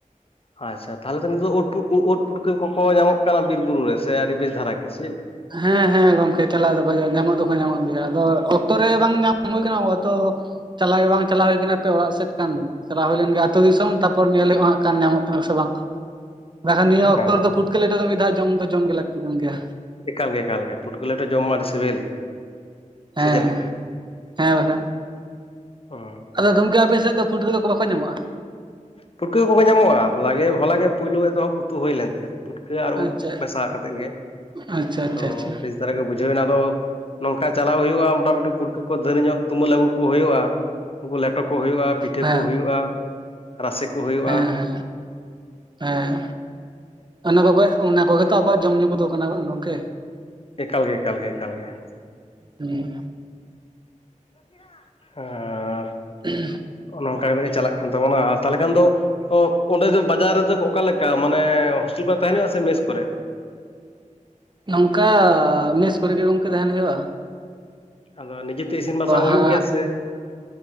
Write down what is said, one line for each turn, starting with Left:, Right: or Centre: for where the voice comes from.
Left: ᱟᱪᱪᱷᱟ ᱛᱟᱦᱚᱞᱮ ᱛᱚ ᱱᱤᱛᱳᱜ ᱫᱚ ᱳᱫ ᱳᱫ ᱯᱩᱴᱠᱟᱹ ᱠᱚᱠᱚ ᱧᱟᱢᱚᱜ ᱠᱟᱱᱟ ᱵᱤᱨ ᱵᱩᱨᱩ ᱨᱮ ᱥᱮ ᱟᱹᱰᱤ ᱵᱮᱥ ᱫᱷᱟᱨᱟ ᱜᱮ ᱥᱮ ᱪᱮᱫ
Right: ᱦᱮᱸ ᱦᱮᱸ ᱜᱚᱝᱠᱮ ᱪᱟᱞᱟᱣ ᱫᱚ ᱧᱟᱢᱚᱜ ᱫᱚᱠᱚ ᱧᱟᱢᱚᱜ ᱜᱮᱭᱟ ᱟᱫᱚ ᱚᱠᱛᱚ ᱨᱮ ᱵᱟᱝ ᱧᱟᱢ ᱦᱩᱭ ᱟᱠᱟᱱᱟ ᱛᱚ ᱪᱟᱞᱟᱣ ᱜᱮ ᱵᱟᱝ ᱪᱟᱞᱟᱣ ᱦᱩᱭ ᱟᱠᱟᱱᱟᱟᱱᱟᱯᱮ ᱚᱲᱟᱜ ᱥᱮᱫ ᱠᱟᱱ᱾ ᱪᱟᱞᱟᱣ ᱦᱩᱭ ᱞᱮᱱ ᱜᱮ ᱟᱹᱛᱳ ᱫᱤᱥᱚᱢ ᱛᱟᱨᱯᱚᱨ ᱧᱮᱞ ᱦᱩᱭᱩᱜᱼᱟ ᱦᱟᱸᱜ ᱠᱷᱟᱱ ᱧᱟᱢᱚᱜ ᱠᱟᱱᱟ ᱥᱮ ᱵᱟᱝ ᱵᱟᱠᱷᱟᱱ ᱱᱤᱭᱟᱹ
Left: ᱦᱮᱸ
Right: ᱚᱠᱛᱚ ᱫᱚ ᱯᱷᱩᱴᱠᱮᱞᱤᱴ ᱫᱚ ᱢᱤᱫ ᱫᱷᱟᱣ ᱡᱚᱢ ᱫᱚ ᱡᱚᱢ ᱜᱮ ᱞᱟᱹᱠᱛᱤ ᱠᱟᱱ ᱜᱮᱭᱟ
Left: ᱮᱠᱟᱞ ᱜᱮ ᱮᱠᱞᱟ ᱜᱮ ᱯᱩᱴᱠᱟᱹ ᱞᱮᱴᱚ ᱡᱚᱢ ᱢᱟ ᱟᱹᱰᱤ ᱥᱤᱵᱤᱞ
Right: ᱦᱮᱸ
Left: ᱥᱮ ᱪᱮᱫ ᱞᱮᱠᱟ
Right: ᱦᱮᱸ ᱵᱟᱠᱷᱟᱱ
Left: ᱚ
Right: ᱟᱫᱚ ᱜᱚᱢᱠᱮ ᱟᱯᱮ ᱥᱮᱫ ᱫᱚ ᱯᱷᱩᱴᱠᱟᱹᱫᱚ ᱵᱟᱠᱚ ᱧᱟᱢᱚᱜᱼᱟ᱾
Left: ᱯᱷᱩᱴᱠᱟᱹ ᱠᱚ ᱧᱟᱢᱚᱜᱼᱟ ᱦᱚᱞᱟᱜᱮ ᱦᱚᱞᱟᱜᱮ ᱯᱩᱭᱞᱳ ᱮᱛᱚᱦᱚᱵ ᱩᱛᱩ ᱦᱩᱭ ᱞᱮᱱ ᱛᱟᱦᱮᱸᱫ ᱯᱩᱴᱠᱟᱹ ᱟᱨ
Right: ᱟᱪᱪᱷᱟ
Left: ᱩᱫ ᱢᱮᱥᱟ ᱠᱟᱛᱮᱫ ᱜᱮ
Right: ᱟᱪᱪᱷᱟ
Left: ᱟᱫᱚ
Right: ᱟᱪᱪᱷᱟ ᱟᱪᱪᱷᱟ
Left: ᱵᱮᱥ ᱟᱹᱨᱟᱜᱮ ᱵᱩᱡᱷᱟᱹᱣ ᱮᱱᱟ ᱟᱫᱚ ᱱᱚᱝᱠᱟ ᱪᱟᱞᱟᱣ ᱦᱩᱭᱩᱜᱼᱟ ᱢᱚᱴᱟᱢᱩᱴᱤ ᱯᱷᱩᱴᱠᱟᱹ ᱠᱚ ᱰᱷᱮᱨ ᱧᱚᱜ ᱛᱩᱢᱟᱹᱞ ᱟᱹᱜᱩ ᱠᱚ ᱦᱩᱭᱩᱜᱼᱟ ᱩᱱᱠᱩ ᱠᱚ ᱞᱮᱴᱚ ᱠᱚ ᱦᱩᱭᱩᱜᱼᱟ, ᱯᱤᱴᱷᱟᱹ
Right: ᱦᱮᱸ
Left: ᱠᱚ ᱦᱩᱭᱩᱜᱼᱟ, ᱨᱟᱥᱮ ᱠᱚ ᱦᱩᱭᱩᱜᱼᱟ
Right: ᱦᱮᱸ ᱦᱮᱸ ᱚᱱᱟ ᱠᱚᱜᱮ ᱚᱱᱟ ᱠᱚᱜᱮ ᱛᱚ ᱟᱵᱚᱣᱟᱜ ᱡᱚᱢ ᱧᱩ ᱠᱚᱫᱚ ᱠᱟᱱᱟ ᱵᱟᱝ ᱜᱚᱝᱠᱮ
Left: ᱮᱠᱟᱞ ᱜᱮ ᱮᱠᱟᱞ ᱜᱮ ᱮᱠᱟᱞ ᱜᱮ
Right: ᱦᱩᱸ
Left: <unintelligible> ᱦᱮᱸ
Right: <inaudible>
Left: ᱱᱚᱝᱠᱟ ᱠᱟᱛᱮ ᱪᱟᱞᱟᱜ ᱠᱟᱱ ᱛᱟᱵᱚᱱᱟ ᱟᱨ ᱛᱟᱦᱞᱮ ᱠᱷᱟᱱ ᱫᱚ ᱚ ᱚᱸᱰᱮ ᱫᱚ ᱵᱟᱡᱟᱨ ᱨᱮᱫᱚ ᱚᱠᱟᱞᱮᱠᱟ ᱢᱟᱱᱮ ᱦᱳᱥᱴᱮᱞ ᱠᱚᱨᱮ ᱛᱟᱦᱮᱱ ᱦᱩᱭᱩᱜᱼᱟ ᱥᱮ ᱢᱮᱥ ᱠᱚᱨᱮ
Right: ᱱᱚᱝᱠᱟ ᱢᱮᱮᱥ ᱠᱚᱨᱮᱜᱮ ᱜᱚᱝᱠᱮ ᱛᱟᱦᱮᱱ ᱦᱩᱭᱩᱜ-ᱟ
Left: ᱟᱫᱚ ᱱᱤᱡᱮᱛᱮ ᱤᱥᱤᱱ ᱵᱟᱥᱟᱝ ᱦᱩᱭᱩᱜ
Right: ᱦᱟᱸᱜ
Left: ᱜᱮᱭᱟ ᱥᱮ